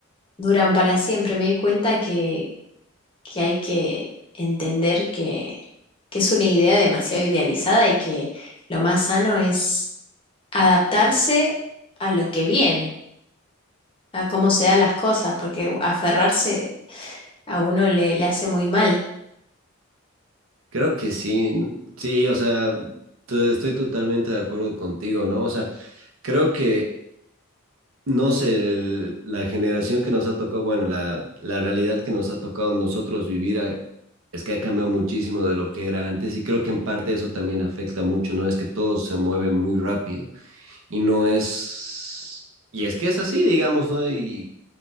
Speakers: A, on the left (about 25°); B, on the right (about 75°).
A: duran para siempre? Me di cuenta que, que hay que entender que, que es una idea demasiado idealizada y que lo más sano es adaptarse a lo que viene, a cómo se dan las cosas, porque aferrarse a uno le, le hace muy mal.
B: creo que sí, sí, o sea, to- estoy totalmente de acuerdo contigo, ¿no? O sea, creo que no sé, el- la generación que nos ha tocado, bueno, la, la realidad que nos ha tocado nosotros vivir ha- es que ha cambiado muchísimo de lo que era antes y creo que en parte eso también afecta mucho, ¿no? Es que todo se mueve muy rápido y no es, y es que es así, digamos, ¿no? Y